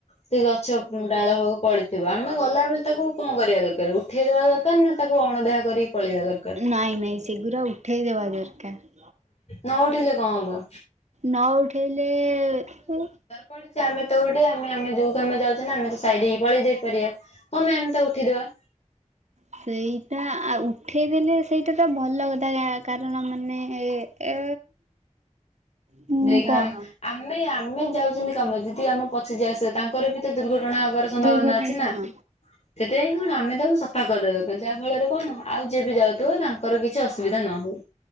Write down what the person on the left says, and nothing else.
ସେ ଗଛ ଉଁ ଡାଳ ହୋଉ ପଡି ଥିବ। ଆମେ ଗଲା ବେଳେ ତାକୁ କଣ କରିବା ଦରକାର ଉଠେଇଦବା ଦରକାର ନା ତାକୁ ଅଣଦେଖା କରିକି ପଳେଇବା ଦରକାର?
ନ ଉଠେଇଲେ କଁ ହବ?
ପଡିଚି ଆମେ ତ ଉଠେଇବା ଆମେ ଆମେ ଯୋଉ କାମେ ଯାଉଚେ ନା ଆମେ ତ ସାଇଡ ହେଇ ପଳେଇ ଯାଇ ପାରିବା। କଣ ପାଇଁ ଆମେ ତାକୁ ଉଠେଇଦେବା?
ଦେଖେ
ଆମ୍ ଆମେ ଆମେ ଯାଉଚନ୍ତି କାମରେ ଯଦି ଆମ ପଛେ ଯିଏ ଆସିବ ତାଙ୍କର ବି ତ ଦୁର୍ଘ ଟଣା ହବାର ସମ୍ଭାବନା
ଅଛି ନା।
ସେଥିପାଇଁ କଣ ଆମେ ତାକୁ ସଫା କରିଦୋଉଥିବେ ଯାହା ଫଳରେ କଣ ଆଉ ଯିଏ ବି ଯାଉଥିବ ତା ଙ୍କର କିଛି ଅସୁବିଧା ନ ହଉ।